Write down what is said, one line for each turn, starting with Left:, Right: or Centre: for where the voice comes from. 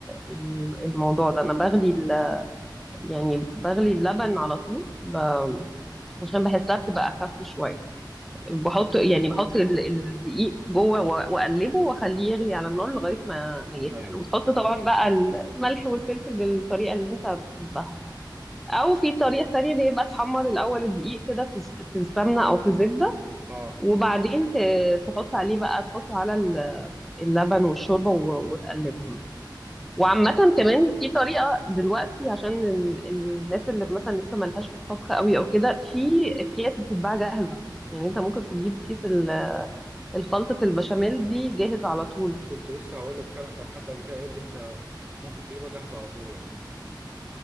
Centre: ال- الموضوع ده انا بغلي ال- يعني بغلي اللبن على طول ب... عشان بحسها بتبقى اخف شويه بحط يعني بحط ال- الدقيق جوه و- واقلبه واخليه يغلي على النار لغايه ما ما يتقل
Right: ايوه
Centre: وتحط طبعا بقى الملح والفلفل بالطريقه اللي انت بتحبها او في طريقه تانية اللي هي بقى تحمر الاول الدقيق كده في الس- في السمنه او في الزبده
Right: اه
Centre: وبعدين ت- تحط عليه بقى تحطه على ال- اللبن والشوربه و- وتقلبهم وعامه
Right: ايوه
Centre: كمان في طريقه دلوقتي عشان ال- الناس اللي مثلا لسه ملهاش في الطبخ قوي او كده في اكياس بتتباع جاهزه يعني انت ممكن تجيب كيس ال- الخلطة البشاميل دي جاهز على طول
Right: كنت لسه هقول لك فعلا كان حد قبل كده قال لي انت ممكن تجيبها جاهزه على طول يعني